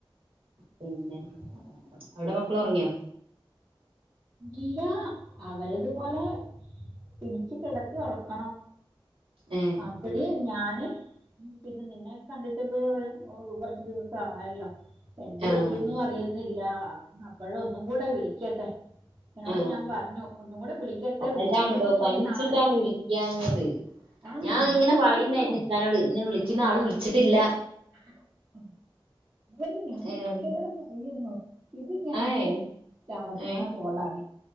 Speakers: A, on the right; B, on the right.
A: പിന്നെ അവിടെ മക്കൾ ഒറങ്ങിയോ
B: ഇല്ലാ അവര്ത്പോലെ പിടിച്ച് കേടത്തി ഒറക്കണം
A: ഏ
B: അപ്പഴ് ഞാന് പിന്നെ നിന്നെ കണ്ടിട്ട്പ്പോ കൊറച്ച് ദിവസ ആയല്ലോ എന്ത്
A: ആഹ്
B: പറ്റിന്നും അറിയുന്നില്ല അപ്പോഴ ഒന്നും കൂടെ വിളിക്കട്ടെ എന്നോട്
A: ആഹ
B: ഞാൻ പറഞ്ഞു ഒന്നും കൂടെ വിളിക്കട്ടെ വിളിച്ച്
A: അതാണടോ
B: കിട്ടിയില്ലെങ്കിൽ
A: പനിച്ചിട്ടാണ്
B: നാളെ
A: വിളിക്കത്
B: ആ
A: ഞാൻ ഇങ്ങനെ
B: പറയായിരുന്നു
A: പറയണ്ടായിരുന്നു ഇിക്കാനോട് ഇന്നെ വിളിക്കുന്ന ആള് വിളിച്ചിട്ടില്ല
B: <unintelligible> അത് ഞാൻ
A: ഏഹ്
B: കോയിരുന്നു ഇത് ഞാന്
A: ഏഹ്
B: ര അവസാന
A: ഏഹ്
B: പോളാണ്